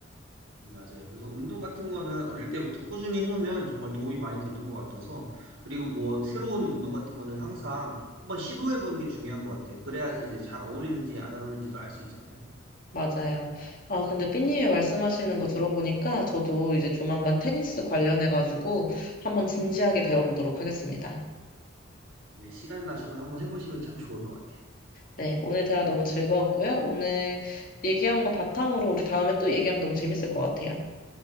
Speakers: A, on the right; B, on the left.
A: 음, 맞아요. 그래서 운동 같은 거는 어릴 때부터 꾸준히 해놓으면 정말 도움이 많이 되는 것 같아서 그리고 뭐 새로운 운동 같은 거는 항상 한번 시도해보는 게 중요한 것 같아요. 그래야지 이제 잘 어울리는지 안 어울리는지도 알 수 있잖아요.
B: 맞아요. 아, 근데 삐님이 말씀하시는 거 들어보니까 저도 이제 조만간 테니스 관련해가지고 한번 진지하게 배워보도록 하겠습니다.
A: 네, 시간 나시면 한번 해보시면 참 좋을 것 같아요.
B: 네, 오늘 대화 너무 즐거웠고요. 오늘 얘기한 거 바탕으로 우리 다음에 또 얘기하면 너무 재밌을 것 같아요.